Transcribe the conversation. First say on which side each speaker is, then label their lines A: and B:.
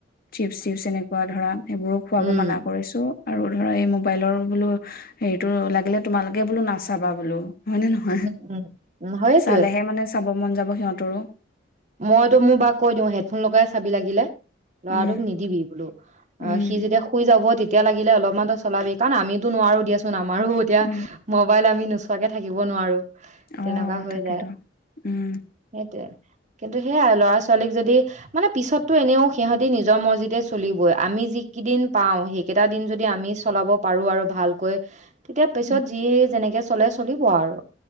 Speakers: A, on the left (about 50°); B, on the right (about 40°).
A: চিপছ চিপছ এনেকুৱা ধৰা সেইবোৰো খোৱাব
B: উম,
A: মানা কৰিছো আৰু ধৰা এই মোবাইলৰ বোলো হেৰিতো লাগিলে তোমালোক। গে বোলো নাচাবা বোলো। হয়নে নহয়
B: উম, উম, উম, সেইটোৱে
A: চালেহে মানে চাব মন যাব। সিহঁতৰো
B: মইতো মোৰ বাৰ কৈ দিওঁ হেডফোন লগাই চাবি লাগিলে। ল'ৰাটোক
A: উম
B: নিদিবি বোলো অ
A: উম
B: সি যেতিয়া শুই যাব তেতিয়া। এতিয়া লাগিল অলপমানো চলাবি কাৰণ আমিতো নোৱাৰো দিয়াচোন আম। আমাৰো এতিয়া
A: উম
B: মোবাইল আমি। নোচোৱাকে থাকিব নোৱাৰো। তেনেকুৱা
A: অ
B: হৈ
A: তাকেতো
B: যায়
A: উম
B: সেইটোয়ে। কিন্তু সেইয়াই ল'ৰা ছোৱালীক যদি মানে পিছতো এনেও সিহঁতি নিজৰ মছজিতে চলিবই আমি যিকেইদিন পাওঁ সেইকেইটা দিন যদি আমি চলাব পাৰো আৰু ভালকৈ। তেতিয়া পিছত
A: উম
B: যি যেনেকে। চলে চলিব আৰু।